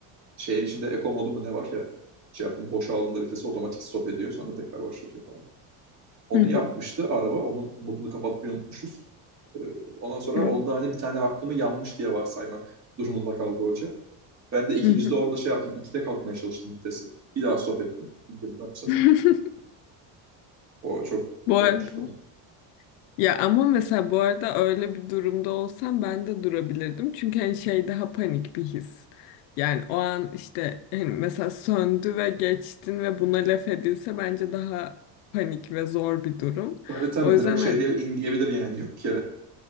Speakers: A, on the right; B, on the left.
A: Şehir içinde eko modu mu ne var ya. Şey yaptım boşa aldığında vitesi otomatik stop ediyor sonra tekrar başlatıyor falan. Onu
B: hı hı,
A: yapmıştı araba. Onun modunu kapatmayı unutmuşuz. E, ondan sonra
B: evet,
A: onda hani bir tane hakkımı yanmış diye varsaymak durumunda kaldı hoca. Ben de ikincide
B: hı hı.
A: orada şey yaptım. İkide kalkmaya çalıştım vitesi. Bir daha stop ettim. İndirdiler bu sefer.
B: <laughs>
A: O çok kötü
B: Bu
A: olmuştu bana.
B: Ya ama mesela bu arada öyle bir durumda olsam ben de durabilirdim. Çünkü hani şey daha panik bir his. Yani o an işte hani mesela söndü ve geçtin ve buna laf edilse bence daha panik ve zor bir durum.
A: Tabii tabii
B: O yüzden
A: direkt şey
B: hani
A: diye in diyebilir yani yok yere.